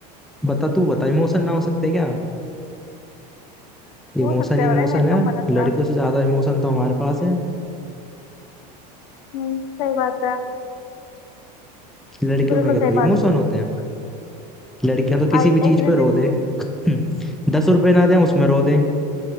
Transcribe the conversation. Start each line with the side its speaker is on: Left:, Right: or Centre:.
Centre: बता तू बता इमोशन ना
Left: हम्म,
Centre: हो सकते क्या इमोशन
Left: हो सकता
Centre: इमोशन
Left: है भाई मैंने
Centre: है
Left: कब मना करा
Centre: लड़कियों से ज्यादा इमोशन तो हमारे पास है
Left: हम्म सही बात है
Centre: लड़कियों
Left: बिल्कुल
Centre: में क्या
Left: सही
Centre: कोई इमोशन
Left: बात है बिल्कुल
Centre: होते
Left: सही
Centre: हैं
Left: बात
Centre: लड़कियां तो किसी
Left: है I
Centre: भी चीज
Left: agree
Centre: पे रो
Left: with
Centre: दे
Left: you
Centre: <clears throat> दस रुपए ना दें उसमें रो दे